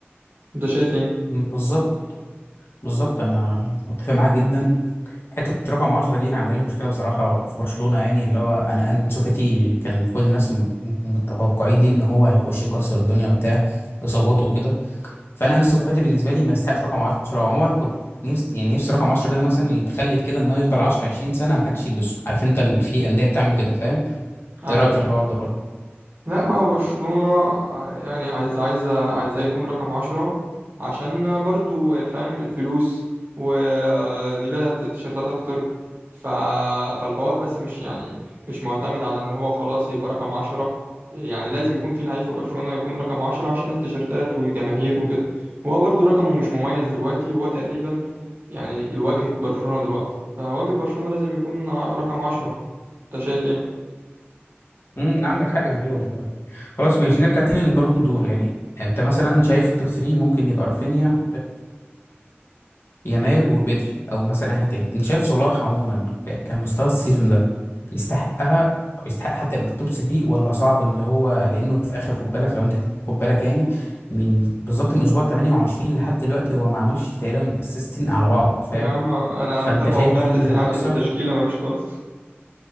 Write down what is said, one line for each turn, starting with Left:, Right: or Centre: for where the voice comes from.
Right: انت شايف ايه
Left: بالظبط بالظبط انا متفق معاك جدا حته رقم 10 دي انا عامله لي مشكله بصراحه في برشلونه يعني اللي هو انا انسو فاتي كان كل الناس م- م- متوقعين ليه ان هو هيخش يكسر الدنيا بتاع اصاباته وكده فانا انسو فاتي بالنسبه لي ما يستحقش رقم 10 وعموما كنت نفسي يعني نفسي رقم 10 كده مثلا يتخلد كده ان هو يفضل 10 20 سنه ما حدش يلبسه عارف انت ال- في انديه بتعمل كده فاهم انت
Right: ايوه
Left: إيه رايك في الحوار ده برضه
Right: لا ما هو برشلونة آه، يعني عايز عايز عايزاه يكون رقم عشرة عشان برضو فاهم الفلوس ونبيع تيشيرتات أكتر ف... فالحوار بس مش يعني مش معتمد على إن هو خلاص يبقى رقم عشرة يعني لازم يكون في لعيب في برشلونة يكون رقم عشرة عشان التيشيرتات والجماهير وكده وهو برضو رقمه مش مميز دلوقتي وهو تقريبا يعني الواجهة برشلونة دلوقتي فواجهة برشلونة لازم يكون ع- رقم عشرة أنت شايف إيه؟
Left: امم عندك حق في دي والله خلاص ماشي نرجع تاني للبالون دور يعني انت مثلا شايف التوب 3 ممكن يبقى رافينيا يامال وبدري او مثلا اي حد تاني انت شايف صلاح عموما ك- كمستوى السيزون ده يستحقها او يستحق حتى يبقى في التوب 3 ولا صعب ان هو لانه في اخر خد بالك لو انت خد بالك يعني من بالظبط من اسبوع 28 لحد دلوقتي هو ما عملش تقريبا اسيستين على بعض فاهم
Right: يا عم انا
Left: فانت
Right: متابعه
Left: شايف
Right: فانتزي
Left: دي هتأثر
Right: عندي في التشكيله مفيش خالص <laughs>